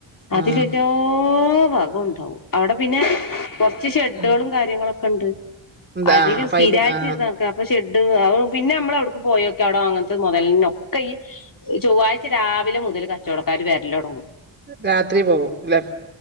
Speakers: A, on the left (about 45°); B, on the right (about 20°).
A: അതില
B: ആ
A: എല്ലോ ഇ വാകം ഉണ്ടാവും. അവിടെ പിന്നെ കൊറച്ച് ഷെഡുകളും
B: ഉം
A: കാര്യങ്ങളൊക്കെ ഉണ്ട്.
B: എന്താ
A: അതില്
B: അപ്പ
A: സ്ഥിരമായിട്ട്
B: അയില് ആ
A: നടക്ക. അപ്പൊ ഷെഡ് അ പിന്നെ നമ്മള അവിടുക്ക് പോയൊക്കെ, അവിടോ അങ്ങനത്തെ മുതല ഒക്കെ ഈ ചൊവ്വാഴ്ച രാവിലെ മുതൽ കച്ചവടക്ക ര് വരലൊടങ്ങും.
B: രാത്രി പോവും. ഇല്ലേ.